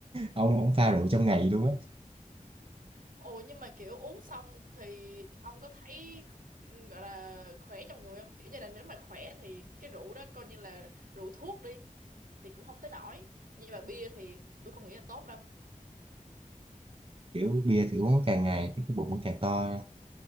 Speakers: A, on the right; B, on the right.
A: ông ông pha rượu trong ngày luôn á
B: Ồ nhưng mà kiểu uống xong thì ông có thấy gọi là khỏe trong người không? Kiểu như là nếu mà khỏe thì cái rượu đó coi như là rượu thuốc đi thì cũng không tới nổi. Nhưng mà bia thì tôi không nghĩ là tốt đâu.
A: kiểu bia thì uống càng ngày cái bụng nó càng to